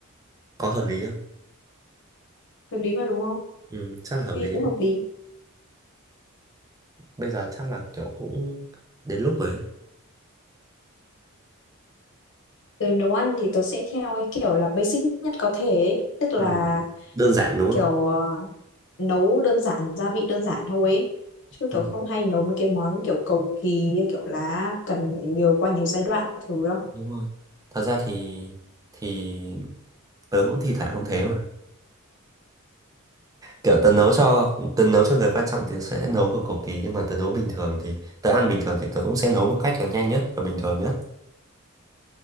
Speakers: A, on the right; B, on the left.
A: Có hợp lý không?
B: hợp lý mà đúng không
A: Ừ, chắc là hợp
B: nghe
A: lý.
B: cũng
A: đấy.
B: hợp lý
A: Bây giờ chắc là kiểu cũng đến lúc rồi ấy.
B: tớ nấu ăn thì tớ sẽ theo cái kiểu là basic nhất có thể ấy. tức là
A: Ừ. Đơn giản đúng
B: kiểu ờ, nấu đơn giản gia vị đơn giản thôi ấy. chứ kiểu
A: không?
B: không hay nấu mấy cái món kiểu cầu kỳ như kiểu là cần phải nhiều qua nhiều giai đoạn các thứ đâu
A: đúng rồi thật ra thì thì tớ cũng thi thoảng cũng thế mà kiểu tớ nấu cho tớ nấu cho người quan trọng thì sẽ nấu kiểu cầu kỳ nhưng mà tớ nấu bình thường thì tớ ăn bình thường thì tớ cũng sẽ nấu một cách là nhanh nhất và bình thường nhất